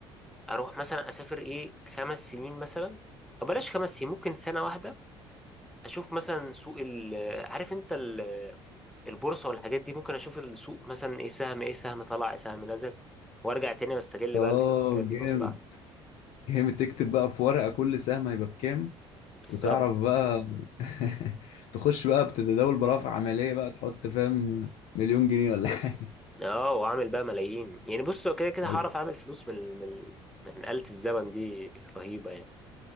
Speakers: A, in the centre; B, on the left (about 55°).
A: أروح مثلا أسافر إيه خمس سنين مثلا أو بلاش خمس سنين ممكن سنة واحدة أشوف مثلا سوق ال عارف أنت ال- البورصة والحاجات دي ممكن أشوف السوق مثلا إيه سهم إيه سهم طلع إيه سهم نزل وأرجع تاني وأستغل
B: اه
A: بقى الحاجات
B: جامد
A: دي في مصلحتي
B: جامد تكتب بقى في ورقة كل سهم هيبقى بكام
A: بالظبط
B: وتعرف بقى <laughs> تخش بقى بتتداول برافع عملية بقى تحط فاهم مليون جنيه ولا حاجة
A: اه واعمل بقى ملايين يعني بص هو كده كده
B: والله
A: هعرف اعمل فلوس من من من آلة الزمن دي رهيبة يعني